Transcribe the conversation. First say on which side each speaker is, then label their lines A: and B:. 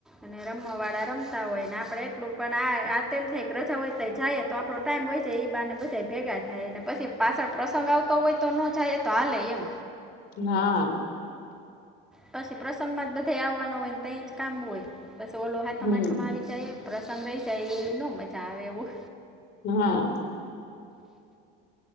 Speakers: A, in the centre; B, on the left.
A: અને રમવા વાળા રમતા હોય ને આપડે એટલું પણ આ થાય રજા હોય જાયએ તો આપડો ટાઈમ હોય છે એ બ ને બધા ભેગા થાય ને પછી પાછળ પ્રસંગ આવતો હોય તો ન જાય એ તો હાલે એમ.
B: હા.
A: પછી પ્રસંગ માં જ બધા આવવાના હોય ને તઈ જ કામ હોય પછી ઓલો હાતમ
B: હમ
A: આઠમાં આવી જ પ્રસંગ રહી જાય એ ન મજા આવે એવું.
B: હા.